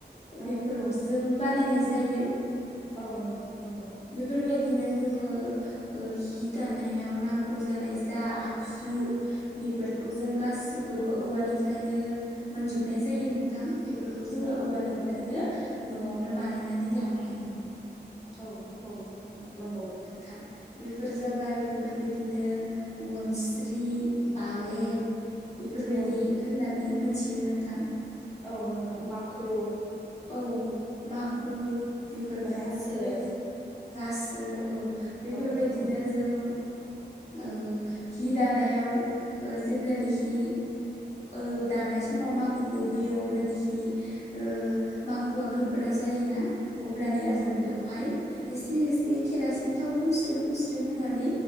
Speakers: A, in the centre; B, on the left (about 35°).
A: औ
B: बेफोरजों
A: औ
B: बानायनाय जायो।
A: औ नोंथां नोंगौ।
B: बेफोरबायदिनो जोङो ओ हि दानायाव नांगौ जानाय जा आगजु बेफोर खौ जों गासिखौबो औवानिफ्रायनो मोनजोबनाय जायो नोंथां। बेफोरखौ जोङो
A: औ नोंथां
B: औवानिफ्रायनो
A: नंगौ
B: न'आवनो बानायनानै लानो हायो।
A: औ औ न नंगौ।
B: थां बेफोर जाबाय बेफोरबायदिनो गनस्रि बालेब। बेफोरबायदि
A: औ
B: होननानै मोनथियो नोंथां।
A: औ नोंथां माखु।
B: औ माखु
A: औ
B: बेफोर
A: रासो
B: बेफोरबायदि गासो औ बेफोरबायदिनो
A: औ औ
B: जों ओ हि दानायाव ओ जेब्लानो हि ओ दानाय समाव माखुखौ बोयो अब्लानोखि ओ माखुवा गोब्रा जायोना अब्लानिया
A: औ
B: जों
A: नोंथां
B: बेवहाय एसे एसे खेरसिन थाव फुनस्रो फुनस्रो होनानै